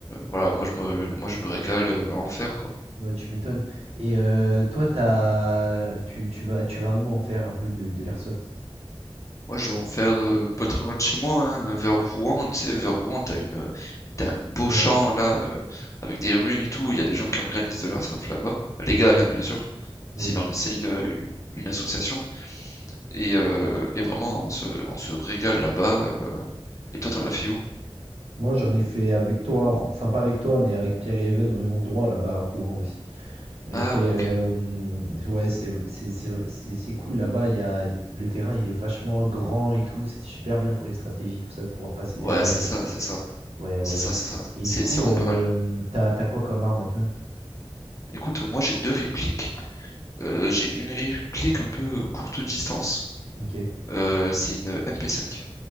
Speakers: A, on the left; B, on the right.
A: voilà, moi je me, moi je me régale euh, à en faire quoi.
B: bah, tu m'étonnes. Et heu, toi, t'as tu tu vas tu vas où en faire un peu de de l'airsoft?
A: Moi je vais en faire euh, pas très loin de chez moi, hein, vers Rouen, tu sais, vers Rouen, t'as une, t'as un beau
B: Ouais,
A: champ là, euh, avec des runes et tout. Il y a des gens qui organisent de l'airsoft là-bas, légal
B: ouais,
A: hein, bien sûr.
B: oui.
A: C'est une, orga- c'est une, une association et, euh, et vraiment on se, on se régale là-bas. euh. Et toi t'en as fait où?
B: Moi, j'en ai fait avec toi à Rou enfin pas avec toi, mais avec Pierre et Even au même endroit là-bas à Rouen aussi. J'avais
A: Ah
B: fait,
A: ouais
B: hem,
A: ok.
B: ouais, c'est c'est c'est c'est c'est cool là-bas, il y a le terrain, il est vachement grand et tout, c'est super bien pour les stratégies, tout ça, de pouvoir passer
A: Ouais
B: derrière
A: c'est ça,
B: et tout.
A: c'est ça,
B: Ouais, ouais,
A: c'est
B: ouais
A: ça, c'est ça.
B: et
A: C'est
B: du coup,
A: c'est vraiment
B: hem,
A: pas mal.
B: t'as as quoi comme arme un peu?
A: Écoute, moi j'ai deux répliques. Euh, j'ai une réplique un peu euh, courte distance.
B: OK.
A: Euh, c'est une mp cinq